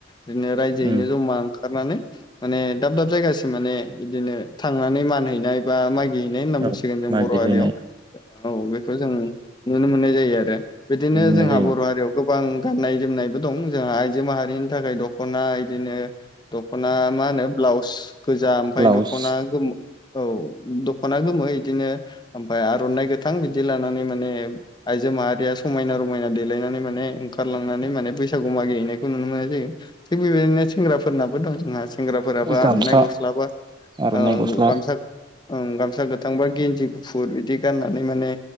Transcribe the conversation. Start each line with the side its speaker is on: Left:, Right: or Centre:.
Left: इदिनो रायजोयैनो
Right: उम
Left: जमा ओंखा नानै माने दाब दाब जायगासिम माने इदिनो थांनानै मान हैैनाय बा मागि नाय होनना बुंसिगोन
Right: औ
Left: जों
Right: मागिहैनाय
Left: बर हारियाव औ बेखौ जों नुनो मोननाय जायो आरो बिदिनो
Right: नुनो मोननाय
Left: जोंहा
Right: जायो
Left: बर हारियाव गो गोबां गाननाय जोमनायबो दं जोंहा आइजो माहारिनि थाखाय दखना इदिनो दखना मा मा होनो ब्लाउस गोजा ओमफाय
Right: ब्लाउस
Left: दखना गोमो औ दखना गोमो इदिनो ओमफ्राय आरनाइ गोथां इदि लानानै माने आइजो माहारिया समायना रमायना देलायनानै माने ओंखारलांनानै माने बैसागु मागिहैनायखौ नुनो मोननाय जायो थिग बेबायदिनो सेंग्राफोरनाबो दं जोंहा सेंग्राफोराबो
Right: गामसा
Left: आरनाइ गस्ला बा
Right: आर'नाइ
Left: ओ
Right: गस्ला
Left: गु गामसा ओं गामसा गोथांबा गिन्जि गुफुर बिदि गाननानै माने